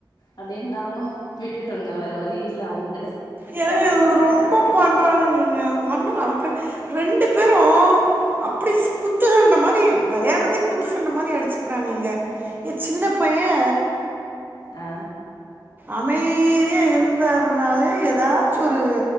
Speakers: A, on the left; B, on the right.
A: அப்டின்னு நாங்கு வி ட்டுடோங்க வேற வழி இல்ல அவங்களு
B: ஏ இரு ரொம்ப பண்றானுங்கங்க ஒண்ணு அடக்க ரெண்டு பேர் ரு அப்படி ஸ் குத்து சண்ட மாரி விளையாடுறதே குத்து சண்ட மாரி அடிச்சுக்கிறாங்கங்க என் சின்ன பையே
A: ஆ
B: அமைதியா இருந்தார்னாலே எ தாச்சு ஒரு